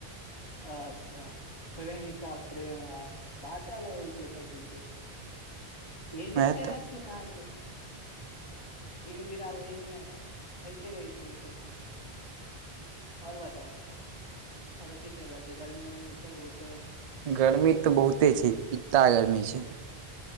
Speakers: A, on the left; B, on the right.
A: अच्छा प्रेमिका प्रेम ह बाते अलग होय छै अए सब चीज के एजे
B: वएह
A: सेह
B: तऽ
A: छैय। अहाँके धीरे-धीरे आब ऐज मे होइते रहै छै ई सब चीज ओर बताउ ओर सब की चलि रहल छै गर्मी-वर्मी छैय बहुते।
B: गर्मी तऽ बहुते छै। इता गर्मी छै।